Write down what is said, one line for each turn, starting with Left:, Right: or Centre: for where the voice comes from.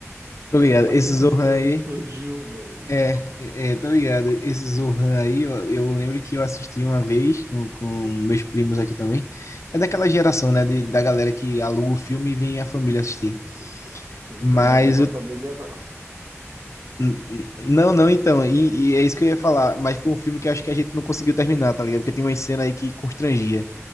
Left: tô ligado.
Right: Eu Como
Left: Esse
Right: é que esses
Left: Zohan
Right: treinos
Left: aí.
Right: explodiu, velho?
Left: É, é, tá ligado. Esse Zohan aí, eu, eu lembro que eu assisti uma vez com, com meus primos aqui também. É daquela geração, né? de- da galera que aluga o filme e vem a família assistir.
Right: É,
Left: Mas
Right: não é bom pra
Left: eu
Right: família, não.
Left: N- Não, não, então, e, e é isso que eu ia falar, mas foi um filme que eu acho que a gente não conseguiu terminar, tá ligado? Porque tem uma cena aí que constrangia.